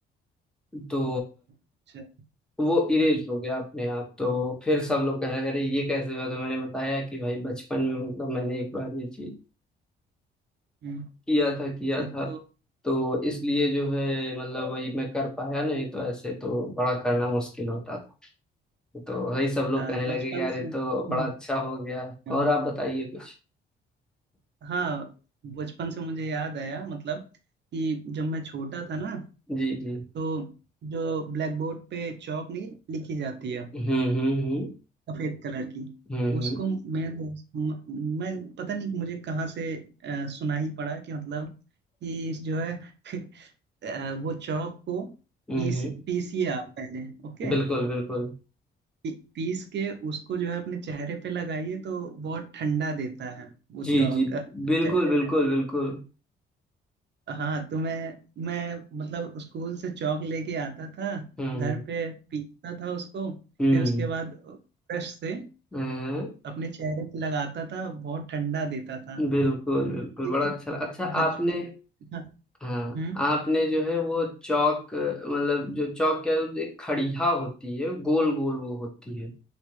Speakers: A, in the centre; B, on the right.
A: तो
B: अच्छा,
A: वो इरेज हो गया अपने आप तो फिर सब लोग कहने लगे अरे ये कैसे हुआ तो मैंने बताया कि भाई बचपन में मतलब मैंने एक बार ये चीज
B: हम्म,
A: किया था किया
B: तो
A: था तो इसलिए जो है मतलब वही मैं कर पाया नहीं तो ऐसे तो बड़ा करना मुश्किल होता था तो वही सब लोग
B: अ,
A: कहने लगे
B: बचपन
A: कि यार ये
B: से हम्म,
A: तो बड़ा अच्छा हो गया
B: हाँ
A: और आप बताइए कुछ
B: <laughs> हाँ, बचपन से मुझे याद आया मतलब कि जब मैं छोटा था ना
A: जी जी
B: तो जो ब्लैक बोर्ड पे चौक नहीं लिखी जाती है
A: हम्म हम्म हम्म
B: सफेद कलर की
A: हम्म
B: उसको मैं मैं पता नहीं मुझे कहाँ से अ, सुना ही पड़ा कि मतलब कि जो है <laughs> अ, वो चौक को
A: हम्म
B: पीस
A: हम्म, हम्म,
B: पीसिए आप पहले ओके
A: बिल्कुल बिल्कुल
B: पी- पीस के उसको जो है अपने चेहरे पे लगाइए तो बहुत ठंडा देता है वो
A: जी
B: चौक
A: जी
B: अ,
A: बिल्कुल
B: चेहरे
A: बिल्कुल
B: पे
A: बिल्कुल
B: हाँ तो मैं मैं मतलब स्कूल से चौक लेके आता था
A: हम्म
B: घर पे पीसता था उसको
A: हम्म
B: फिर उसके बाद ब्रश से
A: हाँ,
B: अपने चेहरे पे लगाता था बहुत ठंडा देता था
A: बिल्कुल बिल्कुल
B: ये
A: बड़ा
B: तो
A: अच्छा अच्छा
B: बचपन
A: आपने
B: हाँ
A: हाँ
B: हम्म,
A: आपने जो है वो चौक अ, मतलब जो चौक क्या है, वो एक खड़िया होती है गोल गोल वो होती है